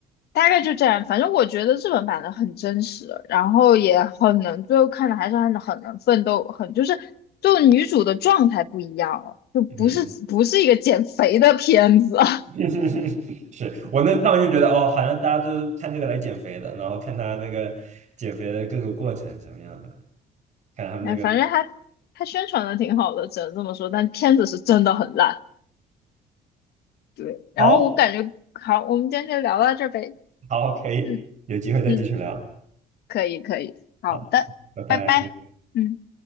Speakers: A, on the left; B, on the right.
A: 大概就这样，反正我觉得日本版的很真实，然后也很能，最后看的还是很很能奋斗，很就是就女主的状态不一样了，就不是不是一个减肥的片子，
B: 嗯。
A: <laughs>
B: <laughs> 是我那趟就觉得哦，好像大家都是看这个来减肥的，然后看他那个减肥的各个过程什么样的，看他们那个
A: 哎，反正它它宣传的挺好的，只能这么说，但片子是真的很烂。对，然后我感觉好，
B: 好
A: 我们今天就聊到这儿呗，
B: 好可以，
A: 嗯
B: 有机会再继续聊，
A: 嗯，可以可以，好的，
B: 好，拜拜。
A: 拜拜，嗯。